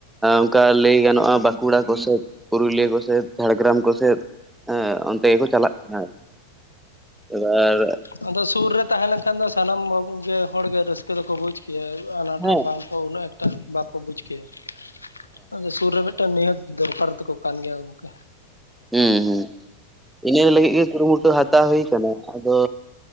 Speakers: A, in the centre; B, on the left.
A: ᱚᱱᱠᱟ ᱞᱟᱹᱭ ᱜᱟᱱᱚᱜᱼᱟ ᱵᱟᱸᱠᱩᱲᱟ ᱠᱚᱥᱮᱫ ᱯᱩᱨᱩᱞᱤᱭᱟᱹ ᱠᱚᱥᱮᱫ ᱡᱷᱟᱲᱜᱨᱟᱢ ᱠᱚᱥᱮᱫ ᱦᱮᱸ ᱚᱱᱛᱮ ᱜᱮᱠᱚ ᱪᱟᱞᱟᱜ ᱠᱟᱱᱟ ᱮᱵᱟᱨ
B: ᱚ ᱟᱫᱚ ᱥᱩᱨ ᱨᱮ ᱛᱟᱦᱮᱸ ᱞᱮᱱᱠᱷᱟᱱ ᱫᱚ ᱥᱟᱱᱟᱢ ᱜᱮ ᱦᱚᱲ ᱜᱮ ᱨᱟᱹᱥᱠᱟᱹ ᱫᱚᱠᱚ ᱵᱩᱡ ᱠ ᱟᱱᱟᱴ
A: ᱦᱮᱸ ᱦᱮᱸ
B: ᱦᱚᱸ ᱵᱟᱝ ᱠᱚ ᱩᱱᱟᱹᱜ ᱮᱠᱴᱟ ᱵᱟᱠᱚ ᱵᱩᱡ ᱠᱮᱭᱟ ᱟᱫᱚ ᱥᱩᱨ ᱨᱮ ᱢᱤᱫᱴᱟᱝ ᱱᱤᱦᱟᱹᱛ ᱫᱚᱨᱠᱟᱨ ᱛᱟᱠᱚ ᱠᱟᱱ ᱜᱮᱭᱟ ᱜᱚᱢᱠᱮ
A: ᱦᱮᱸ ᱦᱩᱸ ᱤᱱᱟᱹ ᱞᱟᱹᱜᱤᱫ ᱜᱮ ᱠᱩᱨᱩᱢᱩᱴᱩ ᱦᱟᱛᱟᱣ ᱦᱩᱭ ᱟᱠᱟᱱᱟ ᱟᱫᱚ